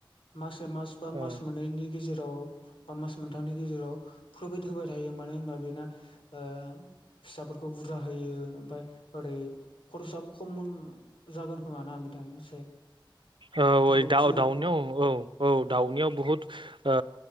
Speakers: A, on the left; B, on the right.
A: मासै मास बा
B: औ
A: मास मोननैनि गेजेराव बा मास मोनथामनि गेजेराव प्रफिट होबाय थायो मानो होनबा बेना ओ फिसाफोरखौ बुरजा होयो ओमफ्राय ओरै खरसाबो खम जागोन खोमा ना दां एसे
B: ओ
A: बेफोरखौ
B: वै दाव-दाउनियाव
A: फियोबा
B: औ औ दाउनियाव बहुद ओ